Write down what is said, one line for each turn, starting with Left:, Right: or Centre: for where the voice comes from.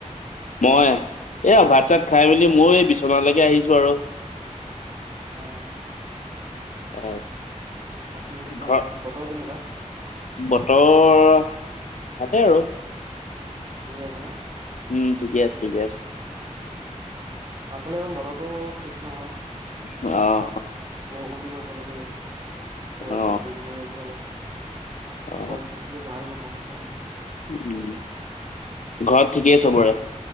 Left: মই এয়া ভাত চাত
Right: উম
Left: খাই মেলি মই বি বিচনালেকে আহিছো আৰু।
Right: হয়, হয়
Left: হয়।
Right: বাকী এইফোলে
Left: ঘৰ
Right: বতৰ কেনেকুৱা?
Left: বতৰ ভালেই আৰু।
Right: ঠিকে আছে ন'?
Left: উম, ঠিকে আছে, ঠিকে আছে।
Right: আমাৰফালে ইমান বতৰটো ঠিক নহয়।
Left: অ'। অ
Right: বৰষুণ দিব চাগে দেই, পুৰা
Left: অ
Right: গাজি গোমৰি আছে অলপ।
Left: অ
Right: পৰিস্থিতিটো ভাল নহ'ব চাগৈ।
Left: উম, ঘৰত ঠিকেই চবৰে?